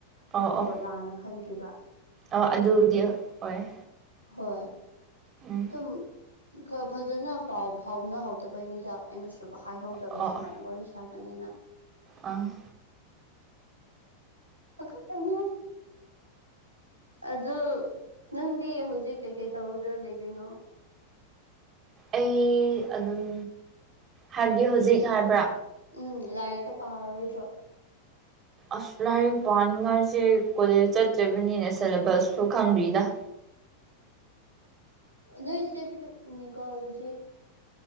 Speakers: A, on the right; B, on the right.
A: ꯑꯣ
B: ꯃꯥꯗꯣ
A: ꯑꯣ
B: ꯂꯥꯟꯅ ꯈꯟꯈꯤꯕ
A: ꯑꯣ
B: ꯑꯗꯨꯗꯨꯒꯤ
A: ꯑꯗꯨꯕꯨꯗꯤ ꯍꯣꯏ
B: ꯍꯣꯏ꯫
A: ꯎꯝ
B: ꯑꯗꯨꯝ ꯐꯖꯅ ꯄꯥꯎ ꯐꯥꯎꯅꯍꯧꯗꯕꯩꯅꯤꯗ ꯑꯩꯅꯁꯨ ꯍꯥꯏꯍꯧꯗ
A: ꯑꯣ
B: ꯁꯨꯃꯥꯏ
A: ꯑꯣ
B: ꯋꯥꯔꯤ ꯁꯒꯅꯤꯅ
A: ꯑꯪ
B: ꯄꯥꯈꯠꯄꯅꯤ ꯑꯗꯨ ꯅꯪꯗꯤ ꯍꯧꯖꯤꯛ ꯀꯩꯀꯩ ꯇꯧꯔꯒ ꯂꯩꯗꯣꯏꯅꯣ
A: ꯑꯩ ꯑꯗꯨꯝ ꯍꯥꯏꯕꯗꯤ ꯍꯧꯖꯤꯛ ꯍꯥꯏꯕ꯭ꯔꯥ
B: ꯎꯝ ꯂꯥꯏꯔꯤꯛꯀ ꯄꯥꯔꯔꯣꯏꯗ꯭ꯔꯣ
A: ꯑꯁ ꯂꯥꯏꯔꯤꯛ ꯄꯥꯅꯤꯡꯉꯥꯏꯁꯦ ꯀꯣꯂꯦꯖ ꯆꯠꯇ꯭ꯔꯤꯕꯅꯤꯅ ꯁꯦꯂꯦꯕꯁꯁꯨ ꯈꯪꯗ꯭ꯔꯤꯗ
B: ꯅꯣꯏꯁꯦ ꯐꯤꯐꯅꯤꯀꯣ ꯑꯗꯨꯗꯤ